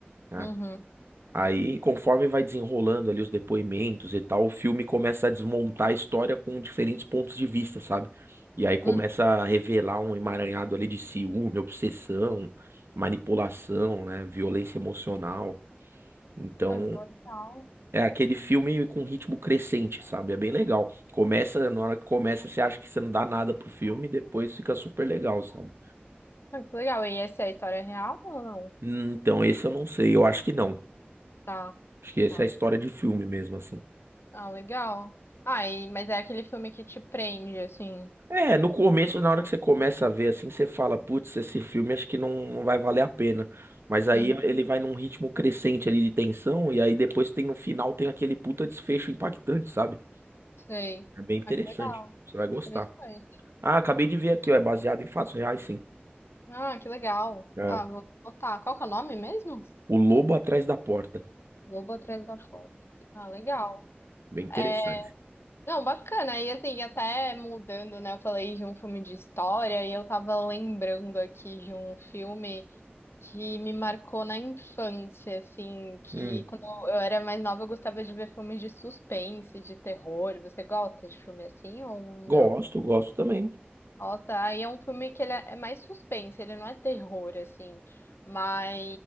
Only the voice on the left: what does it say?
uhum,
uhum.
Ah, que legal.
Ah, que legal. E essa é a história real ou não?
Tá,
tá.
Ah, legal. Ah, e, mas é aquele filme que te prende, assim.
Uhum,
sei.
Ah, que legal.
Interessante.
Ah, que legal.
Ah, vou botar. Qual que é o nome mesmo?
Lobo Atrás da Porta. Ah, legal.
É, Não, bacana. E assim, até mudando, né? Eu falei de um filme de história e eu tava lembrando aqui de um filme que me marcou na infância, assim, que
quando eu era mais nova eu gostava de ver filmes de suspense, de terror. Você gosta de filme assim ou não?
Ó, tá. E é um filme que ele é é mais suspense, ele não é terror, assim. Mas